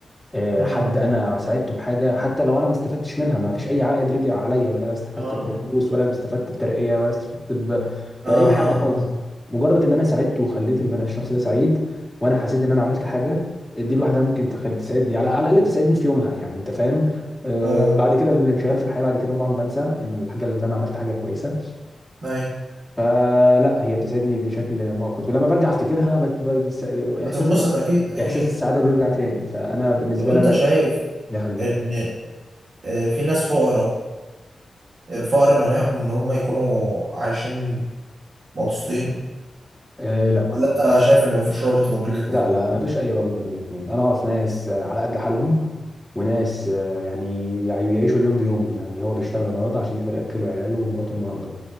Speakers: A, in the centre; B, on the right.
A: آه،
B: امم
A: حد انا ساعدته بحاجه حتى لو انا ما استفدتش منها ما فيش اي عائد رجع عليا ولا استفدت
B: اه اه
A: بفلوس ولا استفدت بترقيه ولا استفدت ب... باي
B: اه
A: حاجه
B: اه
A: خالص مجرد ان انا ساعدته وخليت البني الشخص ده سعيد وانا حسيت ان انا عملت حاجه دي لوحدها ممكن تخل... تساعدني على على الاقل تساعدني في يومها يعني انت فاهم آه
B: اه
A: بعد كده بالانشغال في الحياه بعد كده طبعا بنسى ان الحاجه اللي انا عملت حاجه كويسه
B: ايوه
A: فلا هي بتساعدني بشكل مؤقت ولما برجع افتكرها بت... بت...
B: بتنبسط
A: احساس
B: اكيد اكيد
A: احساس السعاده
B: آه. آه.
A: بيرجع تاني فانا بالنسبه
B: طب انت
A: لي انا
B: شايف
A: ده يا حبيبي
B: ان آه، في ناس فقراء الفقر مانعهم ان هم يكونوا عايشين مبسوطين
A: آه لا
B: ولا انت شايف ان مفيش رابط ما بين الاتنين
A: لا لا ما فيش اي رابط بين الاثنين انا اعرف ناس آه، على قد حالهم وناس آه، يعني يعني يعيشوا اليوم بيومه يعني هو بيشتغل النهارده عشان يقدر ياكل عياله ومراته النهارده